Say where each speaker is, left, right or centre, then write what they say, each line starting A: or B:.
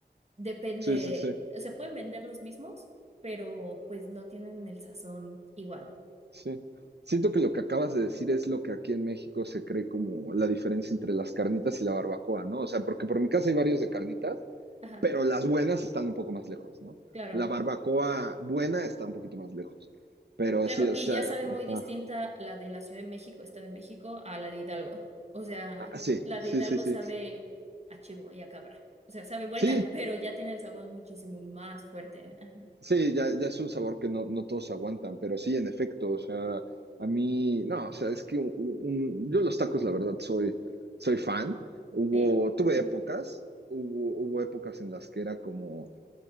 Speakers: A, on the right (about 40°); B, on the right (about 75°).
A: Depende,
B: Sí, sí, sí.
A: o sea, pueden vender los mismos, pero pues no tienen el sazón igual.
B: Sí. Siento que lo que acabas de decir es lo que aquí en México se cree como la diferencia entre las carnitas y la barbacoa, ¿no? O sea, porque por mi casa hay varios de carnitas,
A: Ajá,
B: pero las buenas están un poco más lejos, ¿no?
A: claro,
B: La barbacoa buena está un poquito más lejos. Pero
A: claro.
B: sí, o
A: Y
B: sea,
A: ya sabe muy
B: ajá.
A: distinta la de la Ciudad de México, Estado de México, a la de Hidalgo. O sea,
B: Ah, sí,
A: la
B: sí,
A: de Hidalgo
B: sí, sí.
A: sabe a chivo y a cabra. O sea, sabe buena,
B: Sí,
A: pero ya tiene el sabor muchísimo más fuerte. Ajá,
B: Sí, ya, ya es un sabor que no, no todos aguantan, pero sí, en efecto, o sea, a mí, no, o sea, es que un- un- yo los tacos, la verdad, soy, soy fan. Hubo,
A: ¿Sí?
B: tuve
A: Ujú.
B: épocas, hubo, hubo épocas en las que era como,